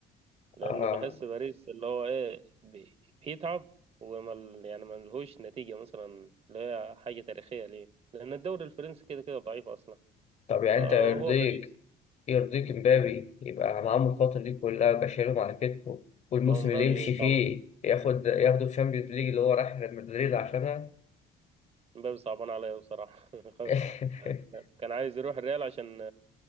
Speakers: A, on the right; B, on the left.
A: لأن
B: آه
A: بحس باريس اللي هو إيه بي- بيتعب وما ال- يعني ما لهوش نتيجة مثلا اللي هي حاجة تاريخية ليه لأن الدوري الفرنسي كده كده ضعيف أصلا
B: طب يعني
A: فهو
B: أنت يرضيك
A: باريس
B: يرضيك امبابي يبقى معاهم الفترة دي كلها يبقى شايلهم على كتفه والموسم
A: هو مبابي
B: اللي يمشي
A: صعب
B: فيه ياخد ياخده الشامبيونز ليج اللي هو رايح ريال مدريد عشانها
A: مبابي صعبان عليا بصراحة <laughs>
B: <laughs>
A: كان عايز يروح الريال عشان